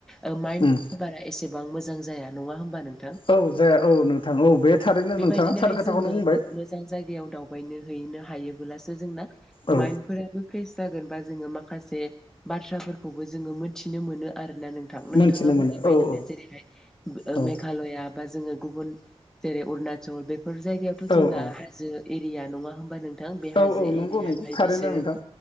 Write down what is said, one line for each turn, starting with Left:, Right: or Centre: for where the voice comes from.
Centre: ओ माइन्द
Left: उम
Centre: फोरा एसेबां मोजां जाया नङा होमबा नों
Left: औ जाया औ नोंथां औ बे थारैनो
Centre: बेबायदिनोहाय
Left: नोंथाङा थार खोथाखौनो
Centre: जोङो
Left: बुंबाय
Centre: मोजां जायगायाव दावबायनो हैनो हायोबोलासो जोंना
Left: औ
Centre: माइन्दफोरा फ्रेस जागोन बा जोङो माखासे बाथ्राफोरखौबो जोङो मोनथिनो मोनो आरो ना नोंथां नोंथाङा
Left: मोनथिनो
Centre: बुंनायबादिनो
Left: मोनो औ औ
Centre: जेरैहाय ओ
Left: औ
Centre: मेघालया बा जोङो गुबुन जेरै अरुणाचल बेफोर जायगायावथ' जोंना
Left: औ औ
Centre: हाजो एरिया नङा होमबा नोंथां बे हाजो
Left: औ औ नंगौ
Centre: एरियायावहाय
Left: नंगौ थारैनो
Centre: बिसोरो
Left: नोंथां